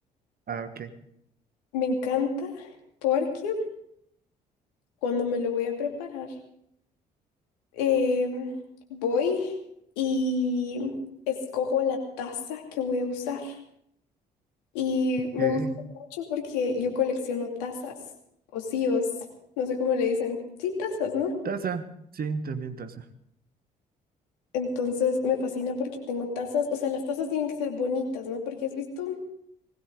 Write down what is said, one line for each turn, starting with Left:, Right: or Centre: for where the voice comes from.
Right: Ah, ok.
Left: Me encanta porque cuando me lo voy a preparar, em, voy y escojo la taza que voy a usar. Y me
Right: Eh,
Left: gusta mucho porque yo colecciono tazas, pocillos, no sé cómo le dicen. Sí, tazas, ¿no?
Right: Taza. Sí, también taza.
Left: Entonces me fascina porque tengo tazas, o sea, las tazas tienen que ser bonitas, ¿no? Porque has visto